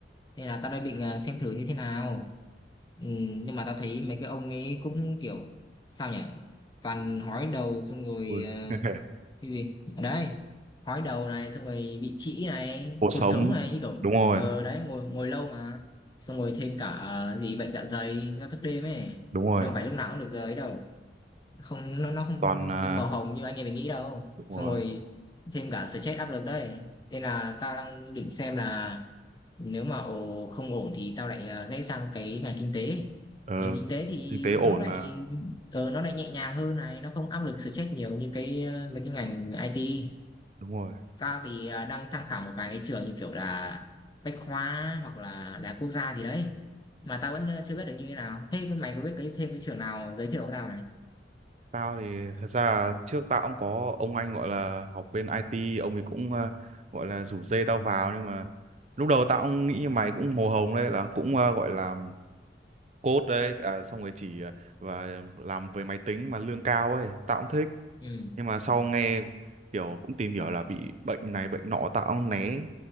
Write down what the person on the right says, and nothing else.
Ui.
<laughs>
cuộc
sống
đúng rồi
đúng rồi
toàn à,
đúng
rồi
ờ
kinh tế ổn
mà
đúng rồi
tao thì thật ra là trước tao cũng có ông anh gọi là học bên IT ông ấy cũng à, gọi là rủ dê tao vào nhưng mà lúc đầu tao cũng nghĩ như mày cũng màu hồng đấy là cũng à, gọi là code đấy à, xong rồi chỉ à, và làm về máy tính mà lương cao ấy tao cũng thích
nhưng mà sau nghe kiểu cũng tìm hiểu là bị bệnh này bệnh nọ tao cũng né